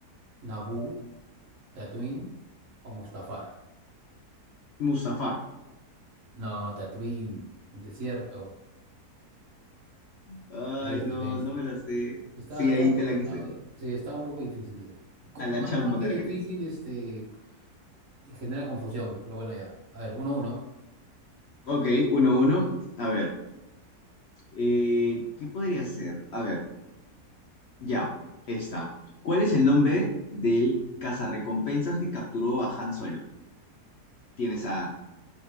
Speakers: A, on the right; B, on the left.
A: Naboo. ¿Tatooine o Mustafar?
B: Mustafar.
A: No, Tatooine, el desierto.
B: Ay,
A: Caíste,
B: no,
A: caíste.
B: no me la sé.
A: Está,
B: Sí,
A: está,
B: ahí te la
A: está,
B: quise.
A: sí, estaba un poco difícil esa. Con-
B: A la
A: Más,
B: champa
A: más que
B: te
A: difícil,
B: la quería.
A: este, genera confusión, pero bueno, ya. A ver, uno a uno.
B: Ok, uno, uno. A ver. eh, ¿qué podría ser? A ver, ya. Esta. ¿Cuál es el nombre del cazarrecompensas que capturó a Han Solo? Tienes a